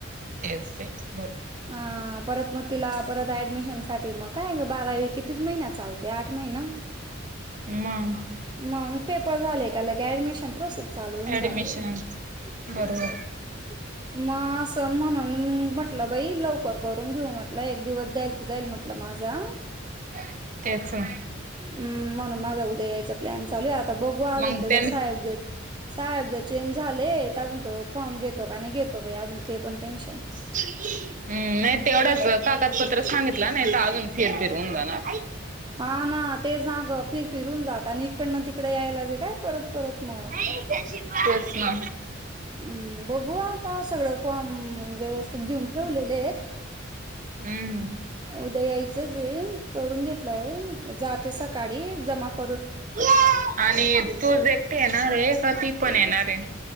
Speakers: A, on the right; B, on the right.
A: तेच <unintelligible>
B: हा. परत मग तिला परत ऍडमिशन साठी, मग काय बारावी कितीच महिना चालते, आठ महिना.
A: मग
B: मग पेपर झाले का लगे ऍडमिशन प्रोसे चालवून
A: ऍडमिशन
B: जाते. <unintelligible>
A: बरोबर
B: म अस म्हन <unintelligible> बाई लवकर करून घेऊ म्हटलं. एक दिवस जाईल तर जाईल म्हटलं माझा.
A: <unintelligible> तेच ना.
B: हम्म, म्हणून माझा उद्या यायचा प्लॅन चालूय, आता बघू, अजून
A: मग
B: तेजा
A: त्यां
B: साहेब जर साहेब जर चेंज झाले, अजून तो फॉर्म घेतो, का नाही घेतो. अजून ते पण टेन्शन.
A: <unintelligible> हम्, नाही तेवढाच कागदपत्र सांगितलं नाही तर, अजून फिर फिर होऊन जाणार.
B: हा ना, तेचना ग फिर फिर होऊन जात. आणि इकडन तिकड यायला बी काय परत परत मग
A: <unintelligible> तेच ना.
B: हम्म बघू आता सगळं फॉर्म, व्यवस्थित घेऊन ठेवलेलेयत.
A: हम्म
B: उद्या यायचंच. करून घेतलाय, म्हटलं जाते सकाळी. जमा क
A: <inaudible> आणि तू एकटी येणारय, का? ती पण येणारय?